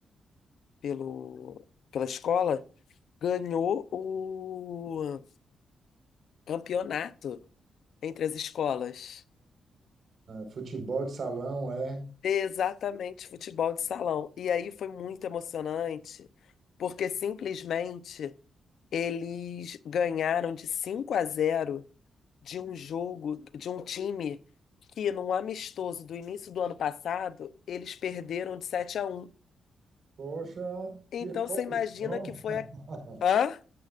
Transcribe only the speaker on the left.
pelo, pela escola, ganhou o campeonato entre as escolas.
Exatamente, futebol de salão. E aí foi muito emocionante, porque simplesmente. Eles ganharam de 5 a zero de um jogo, de um time que, num amistoso do início do ano passado, eles perderam de sete a um
Então
você imagina que foi
a... Hã?